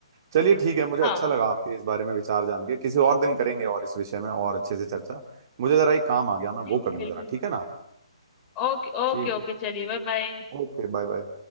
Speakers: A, on the right; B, on the left.
A: चलिए ठीक है मुझे अच्छा
B: हाँ
A: लगा आपके इस बारे में विचार जान के किसी और दिन करेंगे और इस विषय में और अच्छे से चर्चा मुझे जरा एक काम आ गया मैं
B: जी
A: वो कर
B: जी
A: लूँ
B: बिल्कुल
A: जरा ठीक है ना
B: ओके ओके
A: ठीक
B: ओके
A: है
B: चलिए बाय बाय
A: Okay bye bye